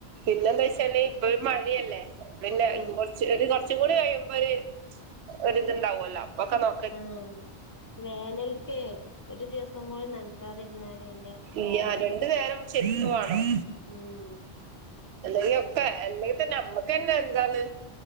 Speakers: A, on the right; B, on the left.
A: പിന്നെന്താച്ചാല് ഇപ്പഴ് മഴിയല്ലേ പിന്നെ
B: ഉം
A: ഇ ച്ച് ഒര് കൊർച്ചും കൂടി കഴിയുമ്പൊര് ഒര് ഇത്ണ്ടാവൊല്ലോ അപ്പൊക്കെ നോ
B: ആന്ന് വേനൽക്ക് ഒരു ദിവസം പോലും നൽകാതിരുന്നാല് അയിന്റെ ഇതറിയാ
A: ഇയ്യാ രണ്ട് നേരം ശെരിക്ക് വാണം
B: ഉം
A: അല്ലെങ്കി ഒക്കെ അല്ലെങ്കിതന്നെ അമ്മക്കന്നെ എന്താണ്